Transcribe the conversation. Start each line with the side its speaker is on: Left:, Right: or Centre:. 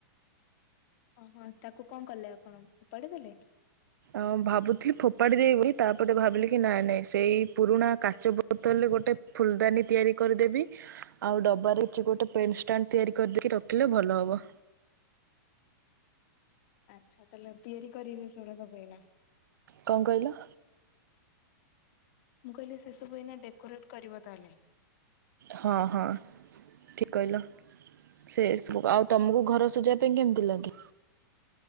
Left: ଅଁ ହଁ ତାକୁ କଣ କଲେ ଆପଣ ଫୋପାଡି ଦେଲେ?
Right: ଅଁ ଭାବୁଥିଲି ଫୋପାଡି ଦେବି ବୋଲି ତାପରେ ଭାବିଲି କି ନାଇଁ ନାଇଁ ସେଇ ପୁରୁଣା କାଚ ବୋ ବୋତଲରେ ଗୋଟେ ଫୁଲଦାନୀ ତିଆରି କରିଦେବି। ଆଉ ଡବା ରେ ଏଚି ଗୋଟେ ପେନେ ଷ୍ଟାଣ୍ଡ ତିଆରି କରିଦେଇ ରଖିଲେ ଭଲ ହବ।
Left: ଆଚ୍ଛା ତାଲେ ତିଆରି କରିବେ ସେଗୁଡା ସବୁ ଏଇନା।
Right: କ କହିଲ?
Left: ମୁଁ କହିଲି ସେ ସବୁ ଏଇନା ଡେକୋରେଟ କରିବ ତା ହେଲେ।
Right: ହଁ ହଁ ଠିକି କହିଲ ସେସବୁ ଆଉ ତମକୁ ଘର ସଜାଇବା ପାଇଁ କେମିତି ଲାଗେ?